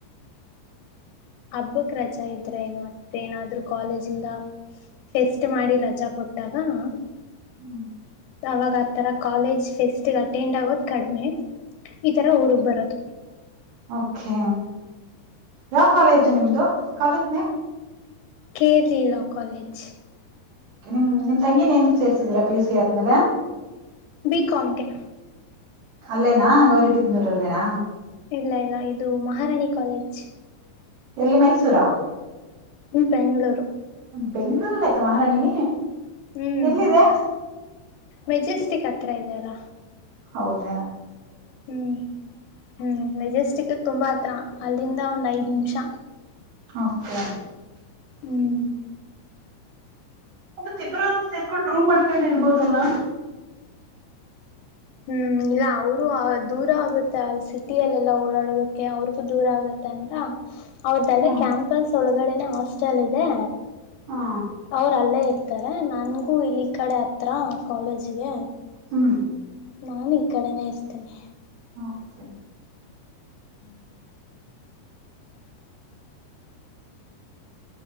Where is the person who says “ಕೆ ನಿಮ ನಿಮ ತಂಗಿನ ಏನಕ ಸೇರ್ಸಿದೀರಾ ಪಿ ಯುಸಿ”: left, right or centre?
Right